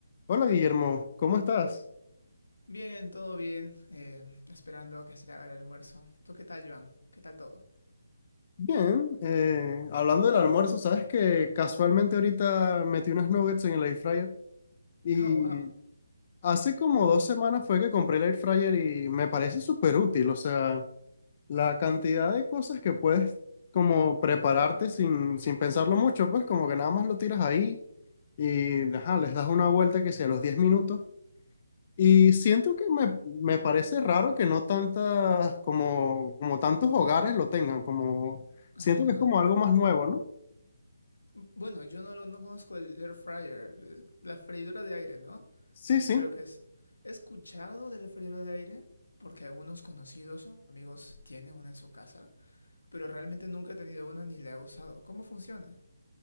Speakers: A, on the left; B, on the left.
A: Hola Guillermo, ¿cómo estás?
B: Bien, todo bien. eh, esperando que se haga el almuerzo. ¿Tú qué tal, Joan? ¿Qué tal todo? <laughs>
A: Bien, eh, hablando del almuerzo, sabes que casualmente ahorita metí unos nuggets en el air fryer y
B: Oh, wow.
A: hace como dos semanas fue que compré el air fryer y me parece súper útil, o sea, la cantidad de cosas que puedes como prepararte sin, sin pensarlo mucho, pues como que nada más lo tiras ahí y ajá, les das una vuelta que sea a los diez minutos Y siento que me, me parece raro que no tantas, como, como tantos hogares lo tengan, como siento
B: Ajá.
A: que es como algo más nuevo, ¿no?
B: Bueno, yo no, lo- no conozco el air fryer, eh, la freidora de aire, ¿no?
A: Sí, sí.
B: Creo que es... He escuchado de la freidora de aire porque algunos conocidos o amigos tienen una en su casa, pero realmente nunca he tenido una ni la he usado. ¿Cómo funciona?